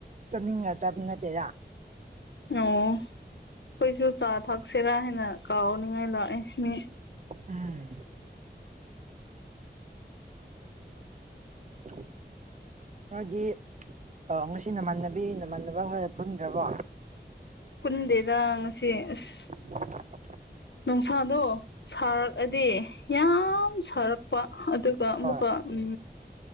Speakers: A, on the right (about 45°); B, on the left (about 75°).
A: ꯆꯠꯅꯤꯡꯉ ꯆꯠꯄ ꯅꯠꯇꯦꯗ
B: ꯑꯣ ꯈꯣꯢꯖꯨ ꯆꯥ ꯊꯛꯁꯤꯔꯥ ꯍꯥꯢꯅ ꯀꯧꯅꯤꯉꯥꯢ ꯂꯥꯛꯑꯦ ꯃꯤ
A: ꯎꯝ <unintelligible> ꯅꯣꯢꯗꯤ ꯑ ꯉꯁꯤ ꯅꯃꯥꯟꯅꯕꯤ ꯅꯃꯥꯟꯅꯕ ꯍꯣꯒ ꯄꯨꯟꯗ꯭ꯔꯕꯣ
B: ꯄꯨꯟꯗꯦꯗ ꯉꯁꯤ ꯑꯁ
A: <unintelligible>
B: ꯅꯣꯡꯁꯥꯗꯣ ꯁꯥꯔꯛꯑꯗꯤ ꯌꯥꯝ ꯁꯥꯔꯛꯄ ꯑꯗꯨꯒ ꯑꯃꯨꯛꯀ
A: ꯍꯣꯏ
B: ꯎꯝ